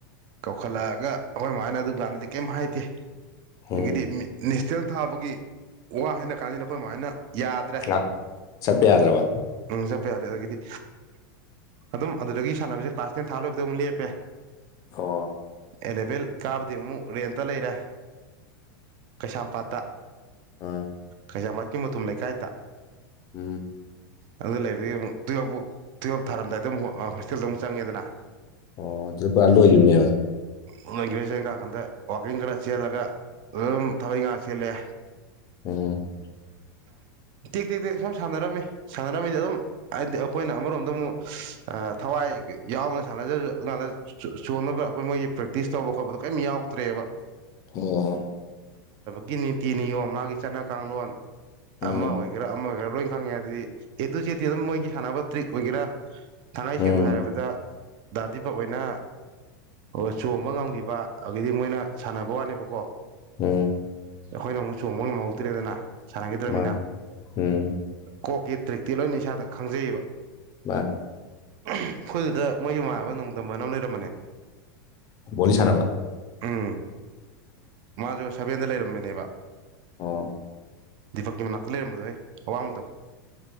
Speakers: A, on the right; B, on the left.
A: ꯀꯧꯈꯠꯂꯛꯑꯒ ꯑꯩꯈꯣꯏ ꯃꯥ ꯍꯣꯢꯅ ꯑꯗꯨꯀꯥꯟꯗꯗꯤ ꯀꯩꯝ ꯍꯥꯏꯗꯦ
B: ꯎꯝ
A: ꯑꯗꯒꯤꯗꯤ ꯃꯤ ꯅꯦꯁ ꯅꯦꯜ ꯊꯥꯕꯒꯤ ꯋꯥ ꯍꯥꯏꯅ ꯀꯥꯟꯗ ꯑꯩꯈꯣꯏ ꯃꯥ ꯍꯣꯢꯅ ꯌꯥꯗ꯭ꯔꯦ
B: ꯉꯥꯛ ꯆꯠꯄ ꯌꯥꯗ꯭ꯔꯕ
A: ꯆꯠꯄ ꯌꯥꯗ꯭ꯔꯦ ꯑꯗꯒꯤꯗꯤ ꯑꯗꯨꯝ ꯑꯗꯨꯗꯒꯤ ꯁꯥꯟꯅꯕꯁꯦ ꯀ꯭ꯂꯥꯁ ꯇꯦꯟ ꯊꯥ ꯂꯣꯏꯕꯗ ꯑꯃꯨꯛ ꯂꯦꯞꯄꯦ
B: ꯑꯣ꯬꯬꯬
A: ꯑꯦꯂꯦꯚꯦꯜ ꯀꯥꯕꯗꯩ ꯑꯃꯨꯛ ꯔꯦꯟꯇ ꯂꯩꯔꯦ ꯀꯩꯁꯥꯝꯄꯥꯠꯇ
B: ꯎꯝ
A: ꯀꯩꯁꯥꯝꯄꯥꯠꯀꯤ ꯃꯨꯇꯨꯝ ꯂꯩꯀꯥꯏꯗ
B: ꯎꯝ
A: ꯑꯗꯨꯗ ꯂꯩꯕꯗꯒꯤ ꯑꯃꯨꯛ ꯇꯨꯌꯦꯜꯞ ꯐꯥꯎ ꯇꯨꯌꯦꯜꯞ ꯊꯥꯔꯝꯗꯥꯏꯗ ꯍꯣꯁꯇꯦꯜꯗ ꯑꯃꯨꯛ ꯆꯪꯉꯦꯗꯅ
B: ꯑꯣ ꯑꯗꯨꯗ ꯄꯨꯔꯥ ꯂꯣꯢꯒꯤꯕꯅꯦꯕ
A: ꯑꯗꯨ ꯒ꯭ꯔꯦꯖꯨꯋꯦꯁꯟ ꯀꯀꯥꯟꯗ ꯋꯥꯛꯀꯤꯡ ꯈꯔ ꯆꯦꯜꯂꯒ ꯑꯗꯨꯝ ꯊꯕꯛ ꯢꯪꯈꯥꯡ ꯆꯦꯜꯂꯦ
B: ꯎꯝ
A: ꯇꯦꯛ ꯇꯦꯛ ꯇꯦꯛ ꯁꯨꯝ ꯁꯥꯟꯅꯔꯝꯃꯤ ꯁꯥꯟꯅꯔꯝꯃꯤꯗ ꯑꯗꯨꯝ ꯍꯥꯏꯗꯤ ꯑꯩꯈꯣꯏꯅ ꯑꯃꯔꯣꯝꯗ ꯑꯃꯨꯛ ꯊꯋꯥꯏ ꯌꯥꯎꯅ ꯁꯥꯟꯅꯖꯔꯁꯨ ꯑꯗꯨ ꯀꯥꯟꯗ ꯆꯣꯟ ꯑꯕ ꯑꯩꯈꯣꯏ ꯃꯣꯏꯒꯤ ꯄ꯭ꯔꯦꯛꯇꯤꯁ ꯇꯧꯕ ꯈꯣꯠꯄꯗꯣ ꯀꯩꯝ ꯌꯥꯎꯗ꯭ꯔꯦꯕ
B: ꯑꯣ
A: ꯒꯤ ꯅꯤꯇꯤ ꯅꯤꯌꯣ ꯃꯥꯒꯤ ꯆꯠꯅ ꯀꯥꯡꯂꯣꯟ
B: ꯎꯝ
A: ꯑꯃ ꯑꯣꯏꯒꯦꯔꯥ ꯑꯃ ꯑꯣꯏꯒꯦꯔꯥ ꯂꯣꯏꯅ ꯈꯪꯉꯦ ꯑꯗꯨꯗꯤ ꯑꯦ ꯇꯨ ꯖꯦꯠꯇꯤ ꯑꯗꯨꯝ ꯃꯣꯏꯒꯤ ꯁꯥꯟꯅꯕ ꯇ꯭ꯔꯤꯛ ꯑꯣꯏꯒꯦꯔꯥ ꯊꯥꯡꯉꯩ
B: ꯎꯝ
A: ꯁꯦꯡꯅ ꯍꯥꯏꯔꯕꯗ ꯗꯥ ꯗꯤꯄꯛ ꯍꯣꯏꯅ ꯑꯣ ꯆꯣꯡꯕ ꯉꯝꯒꯤꯕ ꯑꯗꯨꯗꯒꯤꯗꯤ ꯃꯣꯏꯅ ꯁꯥꯟꯅꯕ ꯋꯥꯅꯦꯕꯀꯣ
B: ꯎꯝ
A: ꯑꯩꯈꯣꯏꯅ ꯑꯃꯨꯛ ꯆꯣꯡꯕ ꯉꯝꯍꯧꯗ꯭ꯔꯦꯗꯅ ꯁꯥꯟꯅꯒꯤꯗ꯭ꯔꯕꯅꯤꯅ
B: ꯃꯥꯅꯤ ꯎꯝ
A: ꯀꯣꯛꯀꯤ ꯇ꯭ꯔꯤꯛꯇꯤ ꯂꯣꯏꯅ ꯏꯁꯥꯗ ꯈꯪꯖꯩꯑꯕ
B: ꯃꯥꯅꯦ
A: ꯑꯩꯈꯣꯏꯗꯨꯗ ꯃꯣꯏꯒꯤ ꯃꯃꯥꯟꯅꯕ ꯅꯣꯡꯗꯝꯅ ꯑꯃ ꯂꯩꯔꯝ
B: ꯣꯁꯅꯕ
A: ꯎꯝ ꯃꯥꯁꯨꯦ ꯁꯚꯦꯟꯗ ꯂꯩꯔꯝꯃꯤꯅꯦꯕ
B: ꯑ
A: ꯗꯤꯄꯛꯀꯤ ꯃꯅꯥꯛꯇ ꯂꯩꯔꯝꯕꯗꯣ ꯍ ꯑꯋꯥꯡꯕꯗꯣ